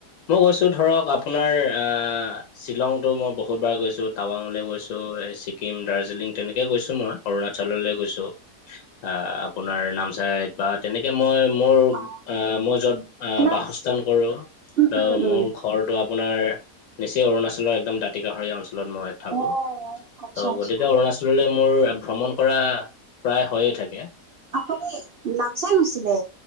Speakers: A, on the left; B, on the right.
A: মই গৈছোঁ ধৰক আপোনাৰ আহ শ্বিলংটো মই বহুতবাৰ গৈছোঁ। টাৱাংলৈ গৈছো এই ছিকিম, দাৰ্জিলিং তেনেকেই গৈছো মই অৰুণাচললৈ গৈছো। আ আপোনাৰ নামচাইত বা তেনে মই মোৰ
B: অ
A: আ মই যত আ
B: নাম
A: বাসস্থান কৰো,
B: উম
A: ত
B: উম
A: মোৰ
B: উম
A: ঘ ঘৰটো আপোনাৰ নিচেই অৰুণাচলৰ একদম দাঁতিকাষৰীয়া অঞ্চলত মই। থাকো,
B: অ আচ্ছা
A: ত'
B: আচ্ছা
A: গতিকে অৰুণাচললৈ মোৰ ভ্ৰমণ কৰা প্ৰায় হয়ে থাকে।
B: আপুনি নামচাই গৈছিলে?